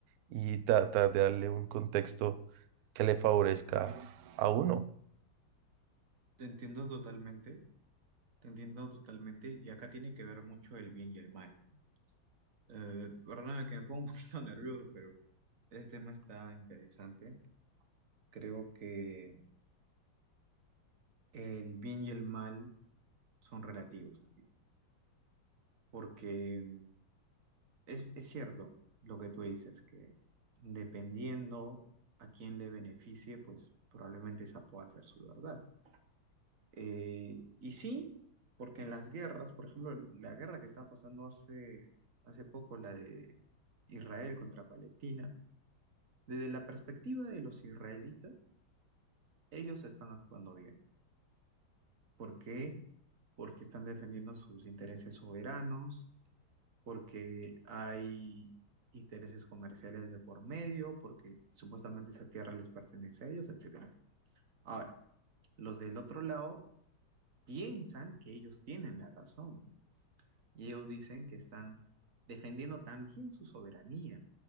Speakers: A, on the right; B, on the right.
A: y tratar de darle un contexto que le favorezca a uno.
B: Te entiendo totalmente, te entiendo totalmente, y acá tiene que ver mucho el bien y el mal, ¿no? Eh, perdóname que me pongo un <laughs> poquito nervioso, pero este tema está interesante. Creo que el bien y el mal son relativos también, porque Es, es cierto lo que tú dices, que dependiendo a quién le beneficie, pues probablemente esa pueda ser su verdad. Eh, y sí, porque en las guerras, por ejemplo, la guerra que estaba pasando hace, hace poco, la de Israel contra Palestina, desde la perspectiva de los israelitas, ellos están actuando bien. ¿Por qué? Porque están defendiendo sus intereses soberanos, porque hay intereses comerciales de por medio, porque supuestamente esa tierra les pertenece a ellos, etcétera. Ahora, los del otro lado piensan que ellos tienen la razón y ellos dicen que están defendiendo también su soberanía,